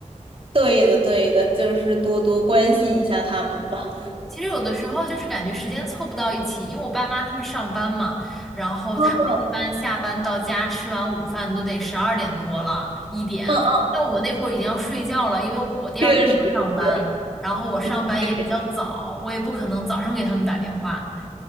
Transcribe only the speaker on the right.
对的，对的，就是多多关心一下他们吧。
嗯
嗯嗯，
确实是，
<laughs> 对，